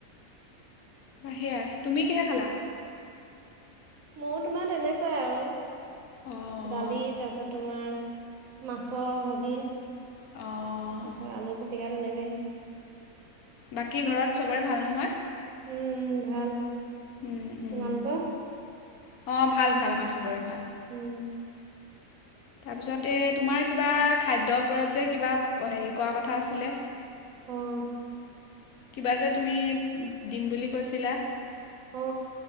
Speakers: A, on the left; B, on the right.
A: সেয়াই, তুমি কিহে খালা?
B: মইয়ো তোমাৰ তেনেকোৱাই আৰু
A: অ',
B: দালি তাৰপিছত তোমাৰ মাছৰ ভাজি,
A: অ',
B: তাৰপাছত আলু পিটিকা। পিতিকা তেনেকে
A: বাকী ঘৰত চবৰে ভাল নহয়
B: উম উম ভাল
A: উম উম
B: তোমালোকৰ
A: অ ভাল ভাল আমাৰ চবৰে ভাল
B: উম
A: তাৰপিছতে এ তোমাৰ কিবা খাদ্যৰ ওপৰত যে কিবা হেৰি কৰা কথা আছিলে
B: উম
A: কিবা যে তুমি দিম বুলি কৈছিলা
B: অ অ